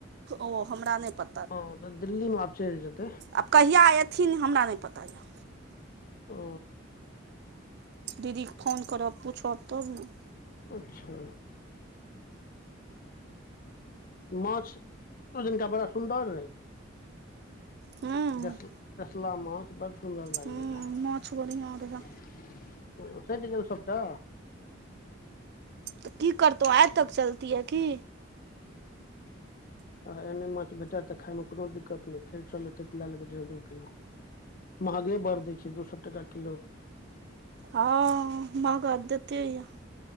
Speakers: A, on the right (about 60°); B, on the left (about 45°).
A: ओ हमरा नैय पत
B: हं तऽ दिल्ली में आब चैल जेतै।
A: आब कहिया एथिन? हमरा नैय पता यैऽ।
B: ओ।
A: दीदीे क फोन करब, पूछब तब न।
B: अच्छा। माछ ओई दिनका बड़ा सुन्दर रहै।
A: हूँ
B: जस्ल-जसला माछ बड्ड सुन्दर लागै
A: हूँ
B: रहै।
A: माछ बढ़िआँ
B: ओ
A: रहए
B: सैध गेलौ सबटा?
A: त की करतौ? आई तक चैलतिये की?
B: आहा, एहने माछ भेटैऽ तऽ खाइ में कोनो दिक्कत नैय, फेर चल एतै तऽ लैऽ लेबै डेर्ह दू किलो। महगे बड़ दै छै, दू सौऽ टका किलो।
A: हँ, महगा देते याऽ।